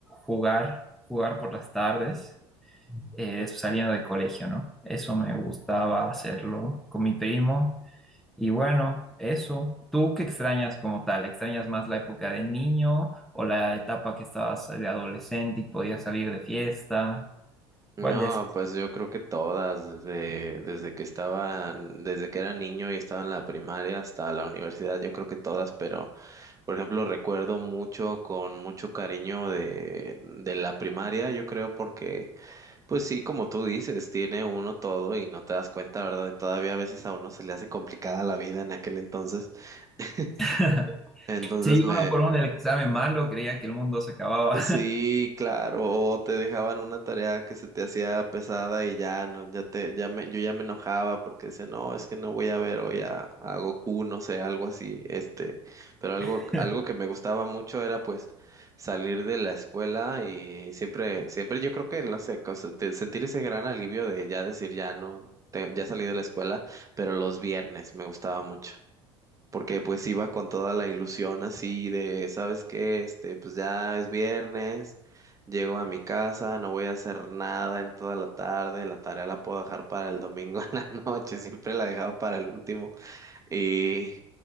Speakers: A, in the centre; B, on the right.
A: jugar, jugar por las tardes, eh, saliendo de colegio, ¿no? Eso me gustaba hacerlo con mi primo. Y bueno, eso. ¿Tú qué extrañas como tal? ¿Extrañas más la época de niño o la etapa que estabas de adolescente y podías salir de fiesta?
B: No,
A: ¿Cuál de esas?
B: pues yo creo que todas, desde, desde que estaban, desde que era niño y estaba en la primaria hasta la universidad, yo creo que todas, pero por ejemplo recuerdo mucho con mucho cariño de, de la primaria, yo creo porque, pues sí, como tú dices, tiene uno todo y no te das cuenta, ¿verdad? Y todavía a veces a uno se le hace complicada la vida en aquel entonces. <laughs>
A: <laughs>
B: Entonces
A: Sí,
B: me,
A: uno por uno el examen malo, creía que el mundo se acababa.
B: Sí, claro, o te dejaban una tarea que se te hacía pesada y ya no, ya te, ya me, yo ya me enojaba porque decía, no, es que no voy a ver hoy a, a Goku, no sé, algo así, este, pero algo,
A: <laughs>
B: algo que me gustaba mucho era pues salir de la escuela y siempre, siempre yo creo que, no sé, cosa- te- sentir ese gran alivio de ya decir, ya no, te- ya salí de la escuela, pero los viernes me gustaba mucho porque pues iba con toda la ilusión así de, ¿sabes qué? Este, pues ya es viernes, llego a mi casa, no voy a hacer nada en toda la tarde, la tarea la puedo dejar para el domingo <laughs> en la noche, siempre la dejaba para el último y